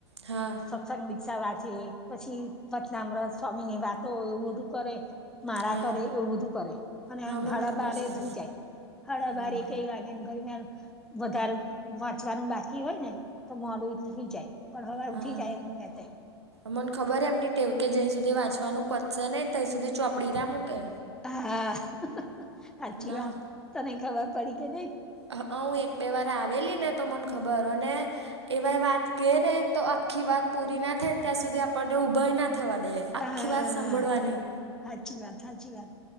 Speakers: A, on the right; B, in the centre.
A: હા.
B: સત્સંગ દિક્ષા વાંચે પછી ભચનામ્રત સ્વામી ની વાતો એવું બધું કરે. માળા
A: હા
B: કરે એવું બધું કરે, અને
A: હા મને
B: સાડા
A: ખબર
B: બારે
A: છે
B: સુઇ જાય. હાડા
A: હમ
B: બાર એકેય વાગે વધારે વાંચવાનું બાકી હોય ને તો મોડું થઈ જાય. હવે
A: હા.
B: ઉઠી જાય એમની મેં તે.
A: મને ખબર એમની ટેવ કે જ્યાં સુધી વાચવાનું પતસે ત્યાં સુધી ચોપડી ના મૂકે.
B: હા સાચી
A: ના
B: વાત, તને ખબર પડી કે નઈ.
A: હંઅ હું એક બે વાર આવેલી ને તો મને ખબર અને એવા વાત કહે ને તો આખી વાત પૂરી ના થાય ને ત્યાં સુધી આપણને ઊભા ના થવા દે. આખી
B: હા
A: વાત સાંભળવાની.
B: સાચી વાત સાચી વાત,